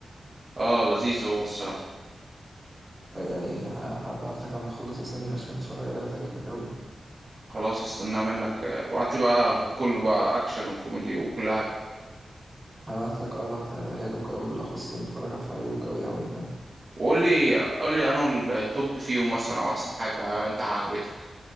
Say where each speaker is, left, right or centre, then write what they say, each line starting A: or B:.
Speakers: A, on the right; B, on the right.
A: اه لذيذ هو الصراحه
B: يعني هبعت لك لما تخلص أسامي الأفلام اتفرج عليها هتعجبك أوي يعني.
A: خلاص استناه منك ابعت لي بقى كله بقى اكشن وكوميدي وكل حاجه
B: هبعت لك اه لا هت- هيعجبك أوي بالأخص يعني اتفرج عليها هيعجبك أوي أوي يعني فاهم
A: وقول لي قول لي انه التوب فيهم مثلا او احسن حاجه انت عجبتك